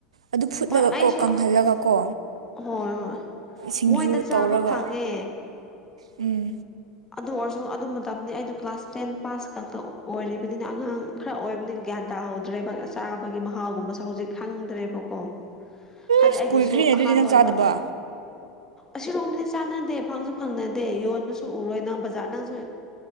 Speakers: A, on the right; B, on the left.
A: ꯑꯗꯨ ꯐꯨꯠꯂꯒ
B: ꯍꯣꯏ ꯑꯩꯁꯨ
A: ꯀꯣ ꯀꯪꯍꯜꯂꯒ ꯀꯣ
B: ꯍꯣꯏ ꯍꯣꯏ
A: ꯁꯤꯡꯖꯨ
B: ꯃꯣꯏꯗ ꯆꯥꯕ
A: ꯇꯧꯔꯒ
B: ꯐꯪꯉꯦ
A: ꯎꯝ
B: ꯑꯗꯨ ꯑꯣꯏꯔꯁꯨ ꯑꯗꯨ ꯃꯇꯝꯅꯤꯗꯤ ꯑꯩꯗꯣ ꯀ꯭ꯂꯥꯁ ꯇꯦꯟ ꯄꯥꯁ ꯈꯛꯇ ꯑꯣꯏꯔꯤꯕꯅꯤꯅ ꯑꯉꯥꯡ ꯈꯔ ꯑꯣꯏꯕꯅꯤ ꯒ꯭ꯌꯥꯟ ꯇꯥꯍꯧꯗ꯭ꯔꯦꯕ ꯆꯥꯕꯒꯤ ꯃꯍꯥꯎꯒꯨꯝꯕꯁꯦ ꯍꯧꯖꯤꯛ ꯈꯪꯗ꯭ꯔꯦꯕꯀꯣ ꯍꯥꯏꯕꯗꯤ
A: ꯑꯁ
B: ꯑꯩꯒꯤꯁꯨ
A: ꯀꯨꯏꯈ꯭ꯔꯦꯅꯦ ꯑꯗꯨꯗꯤ
B: ꯑꯍꯥꯟꯕ
A: ꯅꯪ
B: ꯑꯣꯏꯕ
A: ꯆꯥꯗꯕ
B: ꯑꯁꯤꯔꯣꯝꯗꯗꯤ ꯆꯥꯟꯅꯗꯦ ꯐꯪꯁꯨ ꯐꯪꯅꯗꯦ ꯌꯣꯟꯕꯁꯨ ꯎꯔꯣꯏ ꯅꯪ ꯕꯖꯥꯔ ꯅꯪꯁꯨ